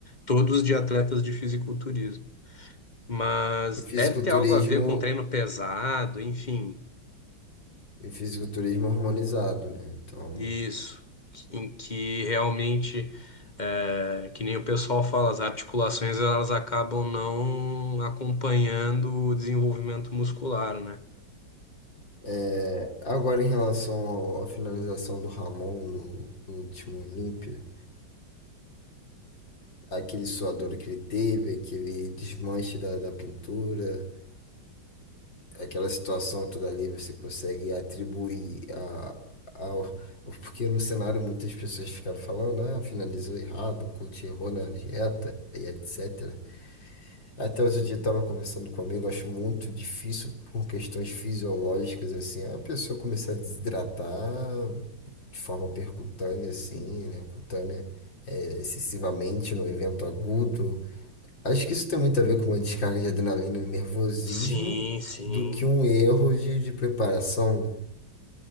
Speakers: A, on the left (about 25°); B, on the left (about 65°).
A: todos de atletas de fisiculturismo. Mas
B: E fisiculturismo
A: deve ter algo a ver com treino pesado, enfim.
B: E fisiculturismo harmonizado, né? Então,
A: Isso, em que realmente, é, que nem o pessoal fala, as articulações elas acabam não acompanhando o desenvolvimento muscular, né?
B: é, agora em relação ao- à finalização do Ramon no, no último Olímpia, aquele suador que ele teve, aquele desmanche da, da pintura, aquela situação toda ali, você consegue atribuir a, ao. Porque no cenário muitas pessoas ficaram falando, ah, finalizou errado, o coach errou na dieta e etc. Até outro dia estava conversando comigo, acho muito difícil por questões fisiológicas assim, a pessoa começar a desidratar de forma percutânea assim, né, cutânea é, excessivamente no evento agudo. Acho que isso tem muito a ver com uma descarga de adrenalina e nervosismo
A: Sim, sim.
B: do que um erro de, de preparação, né?